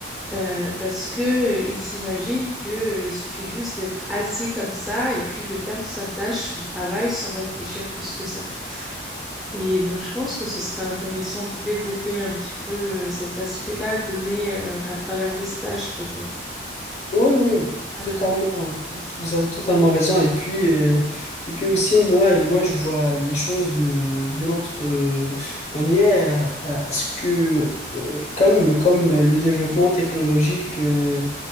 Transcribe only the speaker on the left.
Oui, oui,
totalement. Tout- tout- Vous avez totalement raison. Et puis, euh, et puis aussi, moi, moi, je vois les choses de, d'une autre euh, manière. euh, À ce que, euh, comme, comme le développement technologique, euh,